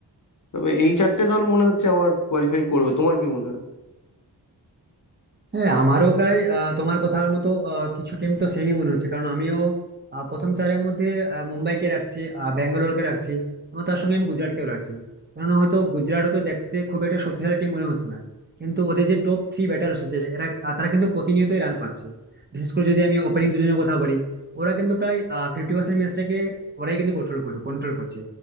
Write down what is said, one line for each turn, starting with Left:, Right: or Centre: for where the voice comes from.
Left: তবে এই চারটে দল মনে হচ্ছে আমার কোয়ালিফাই করবে তোমার কি মনে হয়
Right: হ্যাঁ আমারও প্রায় আহ, তোমার কথার মতো আহ, কিছু টিম তো সেমই মনে হচ্ছে কারণ আমিও আহ, প্রথম চারের মধ্যে আহ, মুম্বাইকে রাখছি আহ, ব্যাঙ্গালোরকে রাখছি এবং তার সঙ্গে আমি গুজরাটকেও রাখছি কারণ হয়তো গুজরাট হয়তো দেখতে খুব একটা শক্তিশালী টিম মনে হচ্ছে না কিন্তু ওদের যে টপ থ্রি ব্যাটার হচ্ছে এরা আহ, তারা কিন্তু প্রতিনিয়তই রান পাচ্ছে বিশেষ করে যদি আমি ওপেনিং দুজনের কথা বলি ওরা কিন্তু প্রায় ফিফটি পার্সেন্ট ম্যাচটাকে ওরাই কিন্তু কন্ট্রোল করে কন্ট্রোল করছে